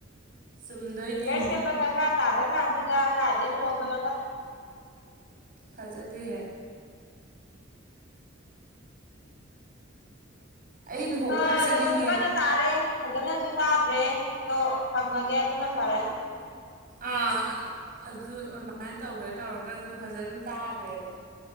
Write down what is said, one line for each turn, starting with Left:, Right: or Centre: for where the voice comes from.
Right: ꯆꯨꯝꯗꯣꯏꯅꯤ
Left: ꯐꯤꯒꯔ ꯁꯦꯝꯕ ꯗꯔꯀꯥꯔ ꯇꯥꯗ꯭ꯔ ꯀꯥꯟꯖꯤꯗ ꯀꯥꯏꯗꯩ ꯂꯨꯍꯣꯡꯕꯅꯣꯗ
Right: ꯐꯖꯗꯦꯍꯦ ꯑꯩ ꯂꯨꯍꯣꯡꯕ
Left: ꯑꯥ
Right: ꯌꯥꯝ ꯆꯠꯅꯤꯡꯉꯦ
Left: ꯅꯣꯡꯖꯨ ꯀꯟꯅ ꯇꯥꯔꯦ ꯐꯖꯅꯖꯨ ꯇꯥꯗ꯭ꯔꯦ ꯑꯗꯣ ꯊꯝꯃꯒꯦ ꯑꯗꯨꯅ ꯐꯔꯅꯤ
Right: ꯑꯥ ꯑꯗꯨ ꯑꯗꯨꯃꯥꯏꯅ ꯇꯧꯒꯦ ꯇꯧꯔꯣ ꯅꯪꯁꯨ ꯐꯖꯅ ꯇꯥꯗ꯭ꯔꯦꯕ